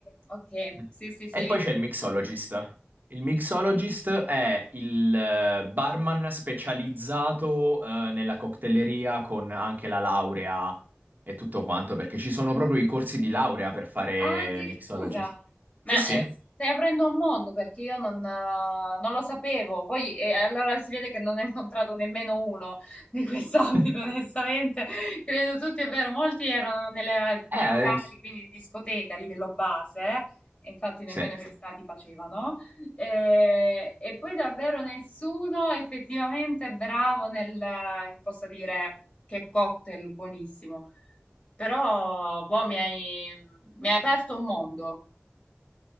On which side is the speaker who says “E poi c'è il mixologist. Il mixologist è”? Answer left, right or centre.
Right